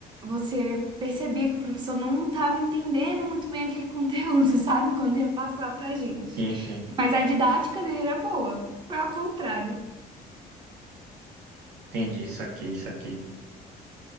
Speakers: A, on the right; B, on the right.
A: você percebia que o professor não estava entendendo muito bem aquele conteúdo, <laughs> sabe? Quando ia passar pra gente.
B: sim, sim,
A: Mas a didática dele era boa. Foi ao contrário.
B: entendi, isso aqui, isso aqui.